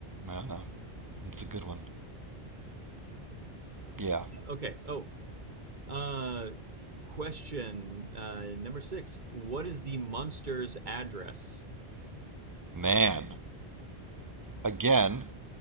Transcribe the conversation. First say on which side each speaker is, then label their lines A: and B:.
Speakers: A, on the right; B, on the right.
A: I don't know. It's a good one. Yeah.
B: Okay. Oh. Uh, question uh, number six. What is the Munsters address?
A: Man. Again,